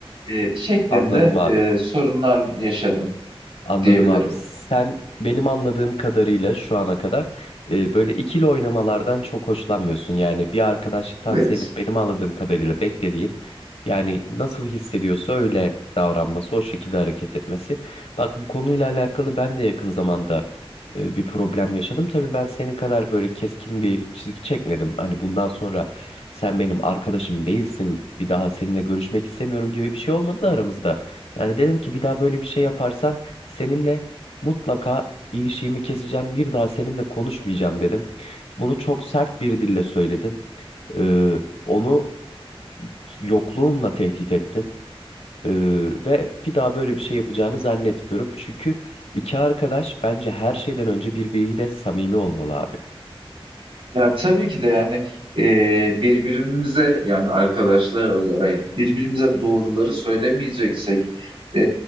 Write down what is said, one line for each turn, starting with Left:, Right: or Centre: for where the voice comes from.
Right: e, şeklinde
Left: Anladım abi.
Right: e, sorunlar yaşadım
Left: Anladım
Right: diyebilirim.
Left: abi. Sen benim anladığım kadarıyla şu ana kadar e, böyle ikili oynamalardan çok hoşlanmıyorsun. Yani bir arkadaşlıktan
Right: Evet.
Left: senin benim anladığım kadarıyla beklediğin yani nasıl hissediyorsa öyle davranması, o şekilde hareket etmesi. Bak bu konuyla alakalı ben de yakın zamanda e, bir problem yaşadım. Tabii ben senin kadar böyle keskin bir çizgi çekmedim. Hani bundan sonra sen benim arkadaşım değilsin, bir daha seninle görüşmek istemiyorum gibi bir şey olmadı da aramızda. Yani dedim ki bir daha böyle bir şey yaparsan Seninle mutlaka ilişiğimi keseceğim. Bir daha seninle konuşmayacağım dedim. Bunu çok sert bir dille söyledim. Ee, onu yokluğumla tehdit ettim. Ee, ve bir daha böyle bir şey yapacağını zannetmiyorum. Çünkü iki arkadaş bence her şeyden önce birbiriyle samimi olmalı abi.
Right: Ya tabii ki de yani e, birbirimize yani arkadaşlar olarak birbirimize doğruları söylemeyeceksek e,